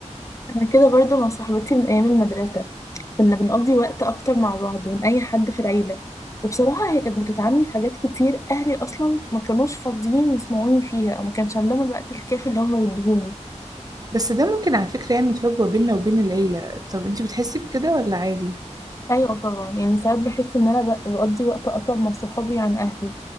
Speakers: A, on the left; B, on the right.
A: أنا كده برضو مع صاحبتي من أيام المدرسة كنا بنقضي وقت أكتر مع بعض من أي حد في العيلة وبصراحة هي كانت بتدعمني في حاجات كتير أهلي أصلا ما كانوش فاضيين يسمعوني فيها أو ما كانش عندهم الوقت الكافي اللي هما يدهوني
B: بس ده ممكن على فكرة يعمل فجوة بيننا وبين العيلة طب انتي بتحسي بكده ولا عادي؟
A: أيوة طبعا يعني ساعات بحس إن أنا ب- بقضي وقت أطول مع صحابي عن أهلي